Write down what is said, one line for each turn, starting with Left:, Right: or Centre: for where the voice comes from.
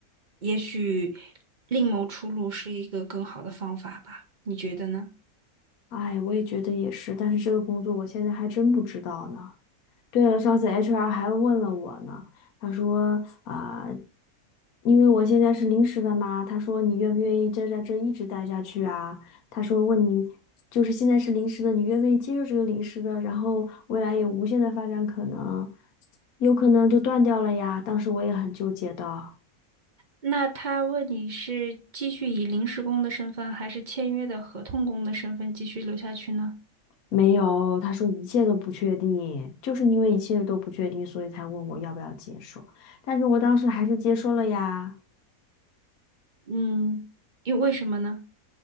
Right: 也许另谋出路是一个更好的方法吧？你觉得呢？
Left: 哎，我也觉得也是，但是这个工作我现在还真不知道呢。对了，上次 HR 还问了我呢，他说啊、因为我现在是临时的嘛，他说你愿不愿意就在这一直待下去啊？他说问你，就是现在是临时的，你愿不愿意接受这个临时的，然后未来有无限的发展可能，有可能就断掉了呀。当时我也很纠结的。
Right: 那他问你是继续以临时工的身份，还是签约的合同工的身份继续留下去呢？
Left: 没有，他说一切都不确定，就是因为一切都不确定，所以才问我要不要接受。但是我当时还是接受了呀。
Right: 嗯，因为为什么呢？